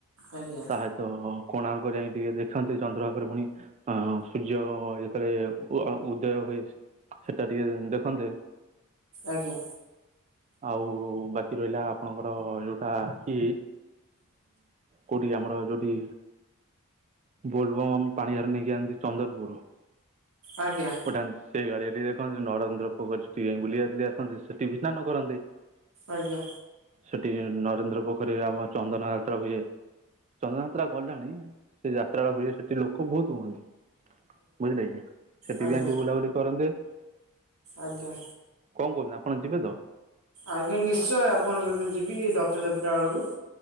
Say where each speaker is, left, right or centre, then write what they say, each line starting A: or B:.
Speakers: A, on the right; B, on the right.
A: ଆଜ୍ଞା।
B: ତାହା ସହ କୋଣାର୍କ ଯାଇ ଟିକେ ଦେଖନ୍ତେ ଚନ୍ଦ୍ରଭାଗରେ ପୁଣି। ଅ ସୂର୍ଯ୍ୟ ଯେତେବେଳେ ଉଦୟ ହୁଏ ସେଟା ଟିକେ ଦେଖନ୍ତେ।
A: ଆଜ୍ଞା।
B: ଆଉ ବାକି ରହିଲା ଆପଣଙ୍କର ଯୋଉଟା କି କଉଠି ଆମର ଯଉଠି? ବୋଲବମ୍ ପାଣି ହେରା ନେଇକି ଯାଆନ୍ତି ଚନ୍ଦନପୁର।
A: ଆଜ୍ଞା।
B: ଉଠାନ୍ତି ସେ ଗାଡିଆରେ ଦେଖନ୍ତୁ ନରେନ୍ଦ୍ର ପୋଖୁରି ଟିକେ ଯାଇ ବୁଲି ଅସିଜାଇଥାନ୍ତେ ସେଠି ବି ସ୍ନାନ କରନ୍ତେ।
A: ଆଜ୍ଞା।
B: ସେଠି ନରେନ୍ଦ୍ର ପୋଖରୀରେ ଆମ ଚନ୍ଦନ ଯାତ ହୁଏ। ଚନ୍ଦନ ଯାତ୍ରା ଗଲାଣି ସେ ଯାତ୍ରାଟା ହୁଏ ସେଠି ଲୋକ ବହୁତ ହୁଅନ୍ତି। ବୁଝିଲେକି ସେଠି
A: ଆଜ୍ଞା
B: ପାଇଁ ଟିକେ ବୁଲାବୁଲି କରନ୍ତେ।
A: ଆଜ୍ଞା।
B: କଣ କହୁଛନ୍ତି ଆପଣ ଯିବେ ତ?
A: ଆଜ୍ଞା ନିଶ୍ଚୟ ଆପଣଙ୍କ ସହିତ ଯିବି ରଥଯାତ୍ରା ବୁଳୁକୁ।